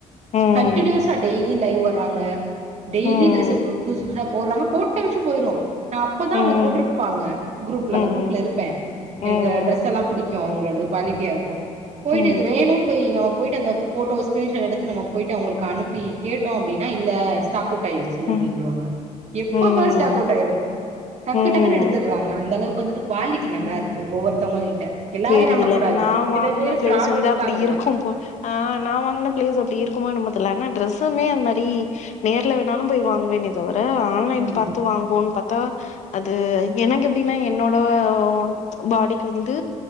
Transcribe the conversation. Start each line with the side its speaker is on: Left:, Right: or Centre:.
Left: ம்
Right: கண்டினியூஸா டெய்லி லைவ் வர்றாங்க டெய்லி
Left: ம்
Right: டிரெஸ் புதுசு புதுசா போட்றாங்க போட்ட நிம்ஷோ போயிரு நா அப்பதா
Left: ம்
Right: அவுங்க போட்ருப்பாங்க குரூப்ல
Left: ம்
Right: அந்த குரூப்ல இருப்பே
Left: ம் ம்
Right: எனக்கு டிரஸ் செலாம் புடிக்கு அவுங்களோடது குவாலிட்டியா இருக்கு போயிட்டு
Left: ம்
Right: இது வேணுன் போயி நம்ம போயிட்டு அந்த போட்டோவ ஸ்கிரீன் ஷாட் எடுத்து நம்ம போயிட்டு அவுங்களுக்கு அனுப்பி கேட்டோ அப்டின்னா இல்ல ஸ்டாக் அவுட் ஆயிருச்சு
Left: ம்
Right: அப்டின்ருவாங்க எப்ப
Left: ம்
Right: பாரு ஸ்டாக் அவுட் ஆயிரு டக்கு
Left: ம்
Right: டக்குன்னு எடுத்துர்றாங்க அந்த அளவுக்கு வந்துட்டு குவாலிட்டி நல்லா
Left: ம்
Right: இருக்கு ஒவ்வொருத்தவுங்க கிட்ட எல்லாரையு
Left: தெரியல
Right: நம்ப கூடாது
Left: நா
Right: சில
Left: வாங்குன
Right: பேர்
Left: பிளேஸ்
Right: ஃப்ராடு
Left: வந்து
Right: இருக்காங்க
Left: அப்டி இருக்கும் போல் ஆ நா வாங்குன பிளேஸ் அப்டி இருக்குமா என்னமோ தெர்ல ஆனா டிரெஸுமே அது மாரி நேர்ல வேணாலு போய் வாங்குவேனே தவர ஆ ஆன்லைன்
Right: ம்
Left: பாத்து வாங்குவோன்னு பாத்தா அது எனக்கு எப்டினா என்னோட ஓ ஃபாடிக்கு